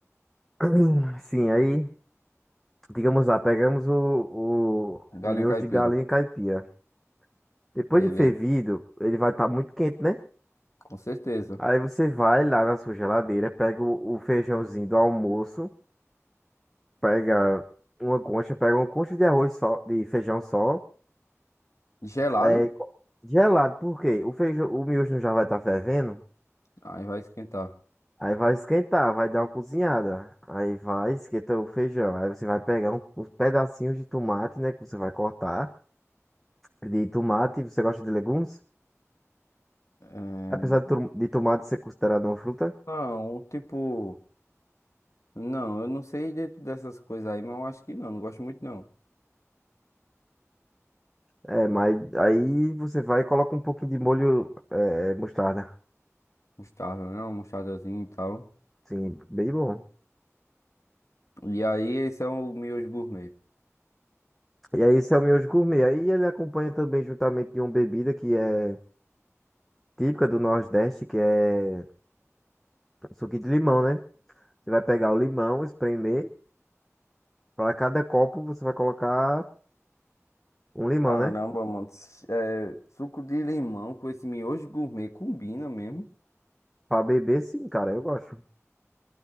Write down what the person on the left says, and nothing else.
Galinha
caipira.
Beleza,
com certeza.
Gelado?
Aí vai esquentar.
É,
Não, tipo. Não, eu não sei de- dessas coisas aí, mas eu acho que não, não gosto muito não.
Mostarda, né? Uma mostardazinha e tal.
E aí, esse é o miojo gourmet.
Caramba,
mano. s- é, suco de limão com esse miojo gourmet combina mesmo.